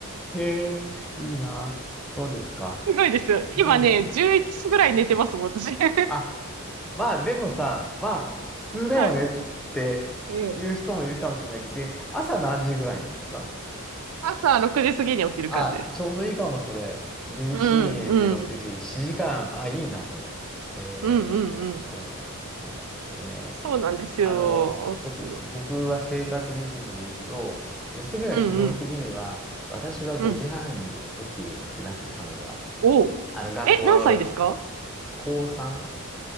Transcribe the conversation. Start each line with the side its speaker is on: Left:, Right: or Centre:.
Centre: い。へえ、いいな。そうですか。
Right: <laughs> すごいですよ。
Centre: うん、
Right: 今ね、
Centre: すごいすごい。
Right: 11時ぐらい寝てますもん、私。<laughs>
Centre: あ、まあでもさ、まあ、普通だよねって言う人もいるかもしれないけど、
Right: はい。うん。
Centre: で、朝何時ぐらいなんですか
Right: 朝6時過ぎに起きる感じです。
Centre: あ、ちょうどいいかも、それ。11時に寝て6時、
Right: うん、うん、
Centre: 7時間。あ、いいな、それ。へそうなん、
Right: うん、うん、うん。
Centre: そうなんですよね。
Right: そうなんですよ。
Centre: あの、ちょっと僕は生活リズムで言うと、
Right: うん、
Centre: 娘が基本的には、
Right: うん、
Centre: 私は5時半に起きるってなってて、
Right: うん。
Centre: 彼女は。
Right: おえ、
Centre: あの、学校、
Right: 何歳ですか
Centre: 高3、